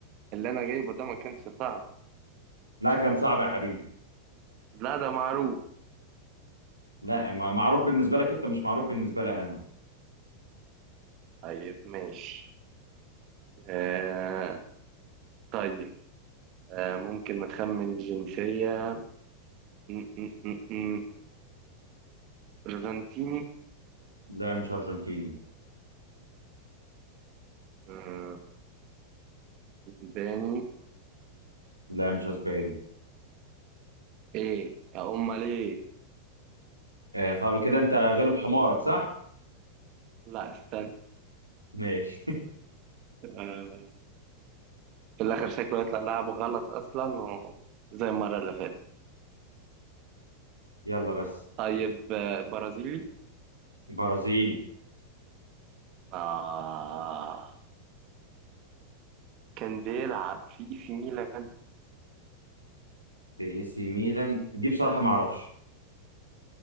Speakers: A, on the right; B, on the right.
A: اللي أنا جايبه ده ما كانش صعب
B: لا كان صعب يا حبيبي
A: لا ده معروف
B: لا ما- معروف بالنسبه لك انت مش معروف بالنسبه لي انا
A: طيب ماشي آه طيب آه ممكن نخمن الجنسية م- م- م- م. أرجنتيني
B: لا مش أرجنتيني
A: آه، اسباني
B: لا مش أسباني
A: إيه يا أمال إيه
B: آه خلاص كده أنت غلب حمارك صح؟
A: لا استنى
B: ماشي
A: آه، في الآخر شكله يطلع لعبه غلط أصلا و... زي المرة اللي فاتت
B: <laughs> يلا بس
A: طيب آه، برازيلي
B: برازيلي
A: آه كان بيلعب في إي سي ميلان
B: في اي سي ميلان دي بصراحة ما أعرفش